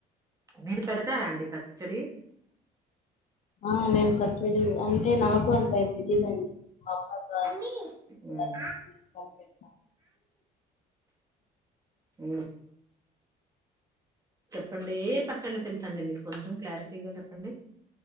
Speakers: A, on the right; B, on the left.
A: మీరు పెడతారా అండి పచ్చడి
B: ఆ మేం పచ్చడి అంటే నాకు అంత తెలీదండి. అమ్మ ద్వారా
A: అమ్మి
B: మీ ద్వారా
A: ఉమ్,
B: తీసుకొని పెట్టను
A: అ చెప్పండి ఏ పచ్చళ్ళు తెలుసండి మీకు కొంచెం క్లారిటీగా చెప్పండి.